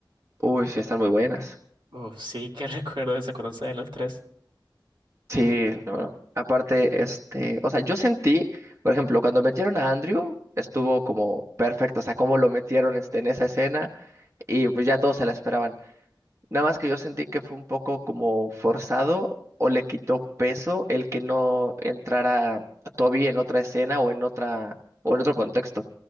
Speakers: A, on the right (about 35°); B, on the right (about 80°).
A: Uy, sí, están muy buenas.
B: Uf, sí, que <laughs> recuerdo esa cuando salen los tres.
A: Sí, bueno, aparte, este, o sea, yo sentí, por ejemplo, cuando metieron a Andrew, estuvo como perfecto, o sea, cómo lo metieron este, en esa escena y pues ya todos se la esperaban. Nada más que yo sentí que fue un poco como forzado o le quitó peso el que no entrara Toby en otra escena o en otra o en otro contexto.